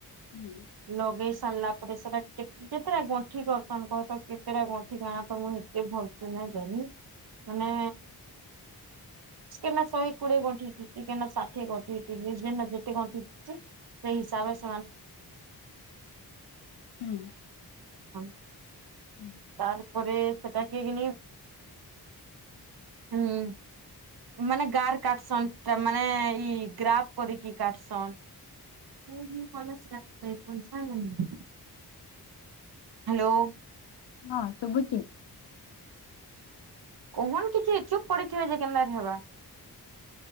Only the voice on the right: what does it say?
ଲଗେଇ ସାରିଲା ପରେ ସେଟା ଟିପ ଯେତେଟା ଗଣ୍ଠି କରସନ୍ କହତ କେତେଟା ଗଣ୍ଠି କଣ ତ ମୁଁ ଏତେ ଭଲସେ ନାଇଁ ଜାନି। ମାନେ କିନା ଶହେ କୋଡିଏ ଗଣ୍ଠି ହେଇଛି କିଏନା ଷାଠିଏ ଗଣ୍ଠି ହେଇଛି ଯେତେ ଗଣ୍ଠି ହେଛି। ସେହି ହିସାବେସ୍
<unintelligible>
ତାପରେ ସେଟା କେ ଗିନିବ୍ ହୁଁ ମାନେ ଗାଁର୍ କାଟସନ୍ ଟ ମାନେ ଏଇ ଗ୍ରାଫ କରିକି କାଟସନ୍। <unintelligible> ହ୍ୟାଲୋ।
<unintelligible>